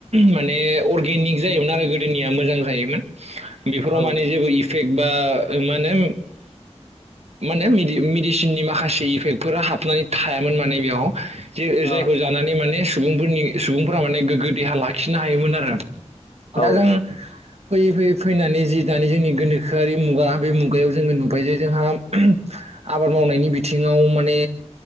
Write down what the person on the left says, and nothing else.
औ
अ
औ